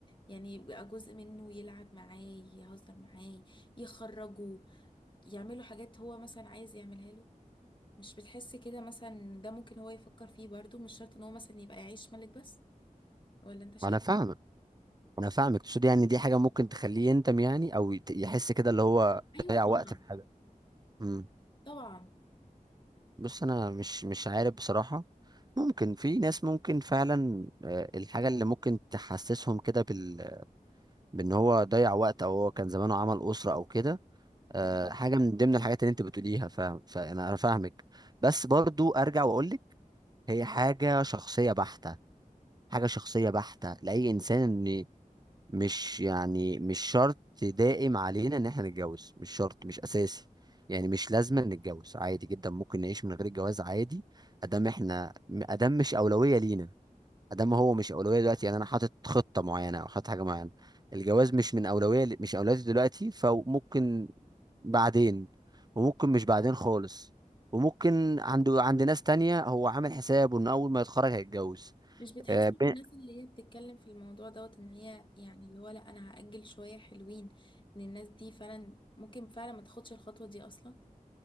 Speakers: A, on the left; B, on the right.
A: يعني يبقى جزء منه يلعب معاه يهزر معاه يخرجه يعمله حاجات هو مثلا عايز يعملها له مش بتحس كده مثلا ده ممكن هو يفكر فيه برضو مش شرط ان هو مثلا يبقى يعيش ملك بس ولا انت شايف
B: انا فاهمك انا فاهمك تقصد يعني دي حاجه ممكن تخليه يندم يعني او يت- يحس كده اللي هو
A: ايوه
B: ضيع
A: طبعا
B: وقت في حاجه امم
A: طبعا
B: بص انا مش مش عارف بصراحه ممكن في ناس ممكن فعلا آه، الحاجه اللي ممكن تحسسهم كده بال بان هو ضيع وقت او هو كان زمانه عمل اسره او كده آه،
A: يعني
B: حاجه من ضمن الحاجات اللي انت بتقوليها فاهم فانا انا فاهمك بس برضو ارجع واقول لك هي حاجه شخصيه بحته حاجه شخصيه بحته لاي انسان ان مش يعني مش شرط دائم علينا ان احنا نتجوز مش شرط مش اساسي يعني مش لازم نتجوز عادي جدا ممكن نعيش من غير الجواز عادي ادام احنا ادام مش اولويه لينا ادام هو مش اولويه دلوقتي يعني انا حاطط خطه معينه او حاطط حاجه معينه الجواز مش من اولويه مش اولويتي دلوقتي فممكن بعدين وممكن مش بعدين خالص وممكن عند عند ناس تانية هو عامل حسابه ان اول ما يتخرج هيتجوز
A: مش بتحس
B: آه، ب-
A: ان الناس اللي هي بتتكلم في الموضوع دوت ان هي يعني اللي هو لا انا هأجل شوية حلوين ان الناس دي فعلا ممكن فعلا ما تاخدش الخطوة دي اصلا